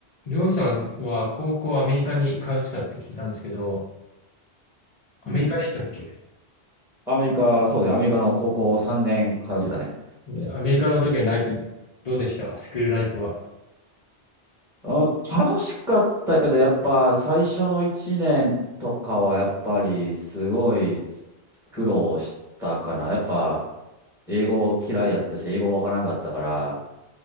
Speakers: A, on the left; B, in the centre.
A: りょうさんは高校アメリカに通ってたって聞いたんですけど、アメリカでしたっけ
B: うん。アメリカ、そうね、アメリカの高校3年通ってたね。
A: えアメリカの時のライフどうでしたスクールライフは。
B: あ、楽しかったけど、やっぱ最初の1年とかはやっぱりすごい苦労したかな。やっぱ英語嫌いやったし、英語わからんかったから、